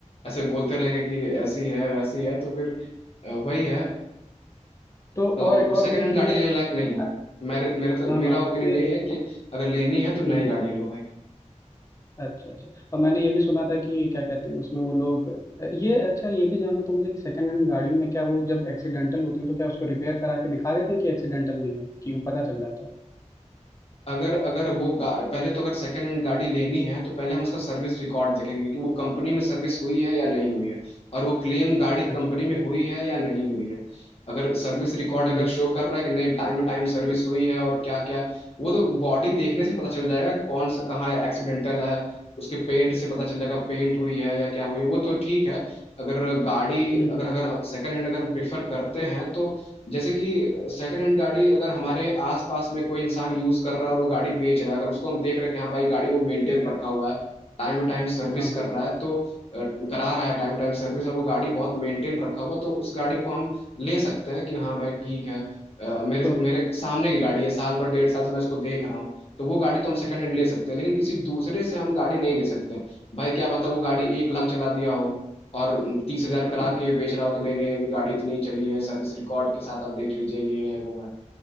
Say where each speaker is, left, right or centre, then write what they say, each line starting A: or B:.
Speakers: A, on the left; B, on the left.
A: ऐसे बोलते रहेंगे कि ऐसी है वैसी है तो फिर अ, वही है
B: तो
A: तो
B: और एक और
A: सेकंड
B: भैया
A: हैंड
B: कि
A: गाड़ी
B: ये
A: लेने लायक नहीं है
B: अ-
A: मेरे मेरे तो मेरा
B: हाँ हाँ,
A: ओपिनियन
B: ये
A: यही है कि अगर लेनी है तो नई
B: हम्म
A: गाड़ी लो भाई
B: अच्छा अच्छा और मैंने ये भी सुना था कि क्या कहते हैं उसमें वो लोग ये अच्छा ये भी जानना था मुझे कि सेकंड हैंड गाड़ियों में क्या वो जब एक्सीडेंटल होती है तो क्या उसको रिपेयर करा के दिखा देते हैं कि एक्सीडेंटल नहीं है कि वो पता चल जाता है
A: अगर अगर वो गा- पहले तो अगर सेकंड हैंड गाड़ी लेनी है तो पहले हम उसका सर्विस रिकॉर्ड देखेंगे कि वो कंपनी में सर्विस हुई है या नहीं हुई है और वो क्लेम गाड़ी
B: अच्छा
A: कंपनी में हुई है या नहीं हुई है अगर सर्विस रिकॉर्ड
B: हम्म
A: अगर शो कर रहा है कि नहीं टाइम टू टाइम सर्विस हुई है और क्या क्या वो तो बॉडी देखने से पता चल जाएगा कि कौन सा कहाँ एक्सीडेंटल है उसके पेंट से पता चल जाएगा पेंट हुई है या क्या हुई है वो तो ठीक है अगर गाड़ी
B: हम्म
A: अगर अगर सेकंड हैंड अगर हम प्रेफर करते हैं तो जैसे कि सेकंड हैंड गाड़ी अगर हमारे आसपास में कोई इंसान यूज कर रहा है और वो गाड़ी बेच रहा है अगर उसको हम देख रहे हैं कि हाँ भाई गाड़ी को मेंटेन
B: देखा
A: रखा
B: देखा
A: हुआ है टाइम टू टाइम सर्विस
B: हाँ हाँ
A: कर रहा है तो अ, करा रहा है टाइम टू टाइम सर्विस और वो गाड़ी बहुत मेंटेन रखा हुआ है तो उस गाड़ी को हम ले सकते हैं कि हाँ भाई ठीक है अ, मेरे
B: तो
A: मेरे सामने की गाड़ी है साल भर डेढ़ साल से मैं इसको देख रहा हूँ तो वो गाड़ी तो हम सेकंड हैंड ले सकते हैं लेकिन किसी दूसरे से हम गाड़ी नहीं ले सकते भाई क्या पता वो गाड़ी एक लाख चला दिया हो और तीस हजार करा
B: हम्म।
A: के बेच रहा हो कि नहीं नहीं अभी गाड़ी इतनी चली है सर्विस रिकॉर्ड के साथ आप देख लीजिए ये है वो है